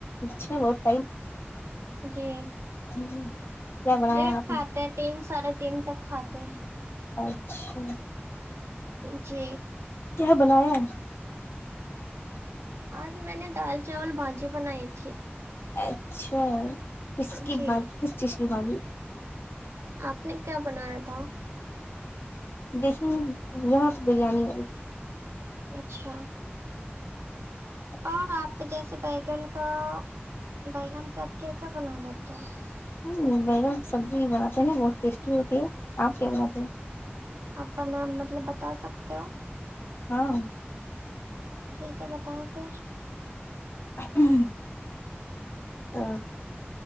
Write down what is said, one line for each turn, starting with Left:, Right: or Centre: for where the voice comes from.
Left: اچھا ب <unintelligible>
Right: جی
Left: ہوں، کیا بنایا
Right: پٹ
Left: آپ
Right: کھاتے
Left: نے
Right: تین سو ساڑھے تین تک کھاتے ہیں
Left: اچھا
Right: جی
Left: کیا بنایا
Right: آج میں نے دال چاول بھاجی بنائی تھی
Left: اچھا کس کی
Right: جی
Left: بات کس چیز کی بھات
Right: آپ نے کیا بنایا تھا
Left: دیکسن یہاں پ بریانی
Right: اچھا
Left: ہ
Right: اور آپ جیسے بیگن کا بیگن سے آپ کیا کیا بنا لیتے ہو
Left: ہ بگا سبزی بناتے ہیں بہت ٹیسٹی ہوتی ہے آپ کیا بولے ہیں
Right: آ کا نام مطلب بتا سکتے ہو
Left: ہاں
Right: ٹھیک ہے بتائیں پھر
Left: ہوں ہ